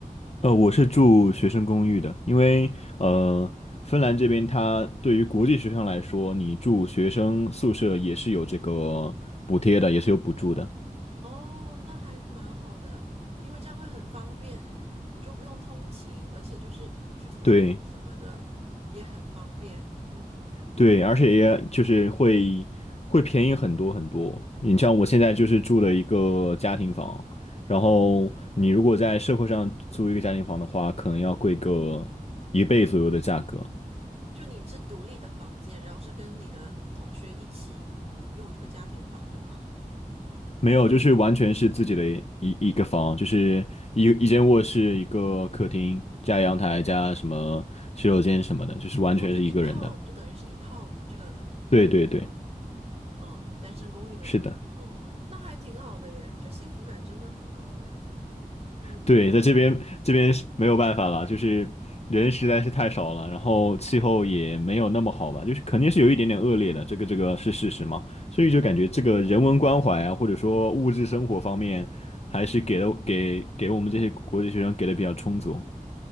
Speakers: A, on the left; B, on the right.
A: 呃，我是住学生公寓的，因为呃，芬兰这边它对于国际学生来说，你住学生宿舍也是有这个补贴的，也是有补助的。
B: 哦，那还蛮好的，因为这样会很方便，你就不用通勤，而且就是去图书馆什么的也很方便。
A: 对
B: 嗯，
A: 对，而且也就是会会便宜很多很多。你像我现在就是住的一个家庭房，然后你如果在社会上租一个家庭房的话，可能要贵个一倍左右的价格。
B: 就你是独立的房间，然后是跟你的同学一起用这个家庭房，对吗？
A: 没有，就是完全是自己的一一个房，就是一一间卧室、一个客厅加阳台加什么洗手间什么的，就是完全是一个人的。
B: 然后就一套，就等于是一套这个呃什么？
A: 对对对，
B: 嗯，单身公寓那种感觉，
A: 是的，
B: 嗯，那还挺好的耶，这幸福感真的很高哎。嗯，
A: 对，在这边这边是没有办法了，就是人实在是太少了，然后气候也没有那么好吧，就是肯定是有一点点恶劣的，这个这个是事实嘛，所以就感觉这个人文关怀啊，或者说物质生活方面，还是给了给给我们这些国际学生给的比较充足。